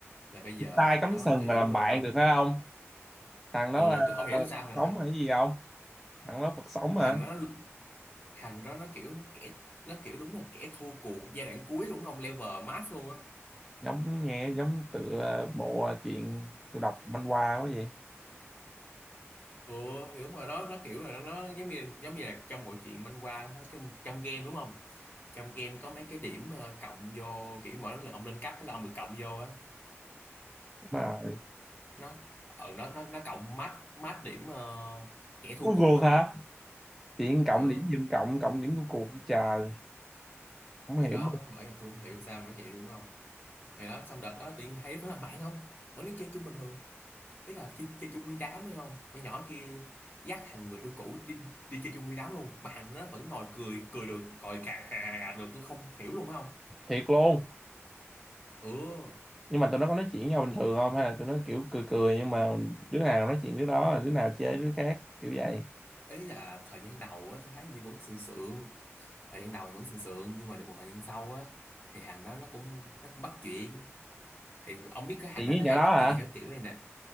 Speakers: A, on the left (about 40°); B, in the centre.
A: là bây giờ
B: chia tay
A: hàng
B: cắm
A: đó
B: sừng
A: kiểu
B: mà làm
A: ờ
B: bạn được phải không thằng
A: ờ,
B: đó là
A: tôi không hiểu sao
B: Phật
A: là
B: sống hay gì không thằng đó Phật sống
A: hàng
B: hả
A: đó hàng đó nó kiểu kẻ nó kiểu đúng là kẻ thua cuộc giai đoạn cuối luôn ông level max luôn á
B: giống nghe giống tựa bộ chuyện tôi đọc manh qua quá vậy
A: ừ hiểu mà đó nó kiểu là nó, nó giống như giống như là trong mọi chuyện manh qua nó trong trong game đúng không trong game có mấy cái điểm ờ, cộng vô kiểu mỗi lần ông lên cấp là ông được cộng vô á
B: mà
A: nó ờ nó nó nó cộng mát mát điểm ờ, kẻ thua
B: Cuối
A: cuộc
B: cuộc
A: á
B: hả chuyện cộng
A: ừ
B: điểm giùm cộng cộng điểm của cuộc trời không
A: Ngày
B: hiểu
A: đó bởi vì tôi không hiểu sao mà nó vậy luôn không Ngày đó xong đợt đó tự nhiên hai đứa vẫn làm bạn không Vẫn đi chơi chung bình thường Đấy là chơi, chơi chung nguyên đám hay không Con nhỏ kia dắt thằng người yêu cũ đi, đi chơi chung nguyên đám luôn Mà thằng nó vẫn ngồi cười Cười được, cười cà cà cà được Tôi không hiểu luôn không
B: thiệt luôn
A: Ừ
B: nhưng mà tụi nó có nói chuyện với nhau bình thường không hay là tụi nó kiểu cười cười nhưng mà đứa nào nói chuyện đứa đó đứa nào chê đứa khác kiểu vậy
A: Ý là thời gian đầu á tôi thấy như vẫn sượng sượng Thời gian đầu thì vẫn sượng sượng Nhưng mà được một thời gian sau á Thì thằng đó nó cũng nó cũng bắt chuyện Thì ông biết cái thằng
B: chuyện
A: đó
B: với
A: nó
B: nhỏ
A: hay
B: đó
A: bắt
B: hả
A: chuyện theo kiểu này nè